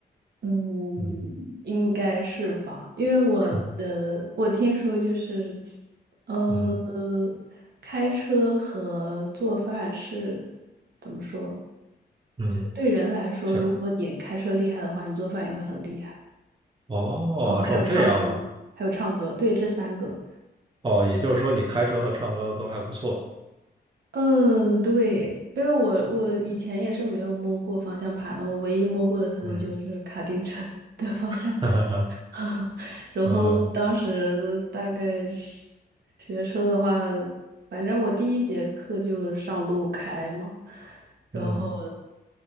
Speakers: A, on the right; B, on the right.
A: 嗯，
B: 嗯，
A: 应该是吧，因为我的我听说就是，
B: 是，
A: 呃，
B: 嗯
A: 开车和做饭是怎么说？
B: 嗯。
A: 就是对人来说，
B: 行。
A: 如果你开车厉害的话，你做饭也会很厉害。
B: 哦，
A: 哦，还有唱歌，
B: 哦，这样吗？
A: 还有唱歌，对，这三个。
B: 哦，也就是说你开车和唱歌都还不错。
A: 嗯，对，因为我我以前也是没有摸过方向盘的，我唯一摸过的可能就是卡丁车
B: 嗯，
A: <laughs> 的方向盘。
B: <laughs> 哈哈哈，
A: <laughs> 然后当时大概是
B: 嗯
A: 学车的话，反正我第一节课就上路开嘛，然后
B: 嗯